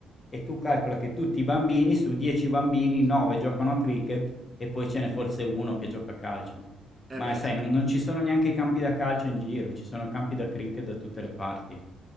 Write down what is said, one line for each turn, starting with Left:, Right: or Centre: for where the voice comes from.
Left: E tu calcola che tutti i bambini, su 10 bambini, 9 giocano a cricket e poi ce n'è forse 1 che gioca a calcio.
Right: Eh
Left: Ma
Right: beh,
Left: sai,
Right: sì.
Left: non non ci sono neanche i campi da calcio in giro, ci sono campi da cricket da tutte le parti.